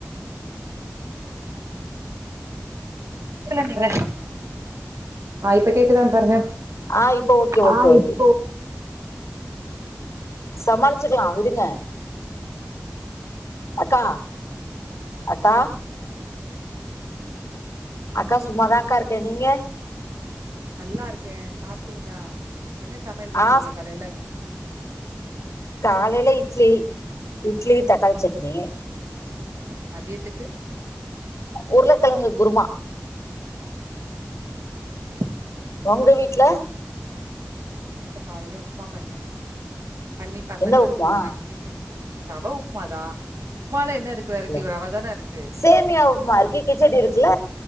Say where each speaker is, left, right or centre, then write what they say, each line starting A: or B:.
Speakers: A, on the right; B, on the left.
A: கில நீங்க ஆ இப்ப கேக்குதான் பாருங்க
B: ஆ இப்போ ஓகே ஓகே
A: ஆ
B: ஓகே
A: இப்போ
B: சமாளிச்சுக்லா விடுங்க அக்கா அக்கா அக்கா சும்மாதாங்கா இருக்க நீங்க
A: நல்லா இருக்க சாப்டீங்ளா என்ன சமையல் பண்ணீங்க
B: ஆ
A: காலைல
B: காலைல இட்லி இட்லி தக்காளி சட்னி
A: மதியத்துக்கு
B: உருளக்கெழங்கு குருமா
A: சேரி சேரி
B: ஒங்க வீட்ல
A: காலைல உப்மா பண்ண பண்ணி பசங்கள
B: என்ன உப்புமா
A: ஸ்கூலுக்கு அனுப்பிட்டு ரவ உப்மாதா உப்மால என்ன இருக்கு வெரைட்டி
B: இல்ல
A: ரவ தான இருக்கு
B: சேமியா உப்மா இருக்கு கிச்சடி இருக்குல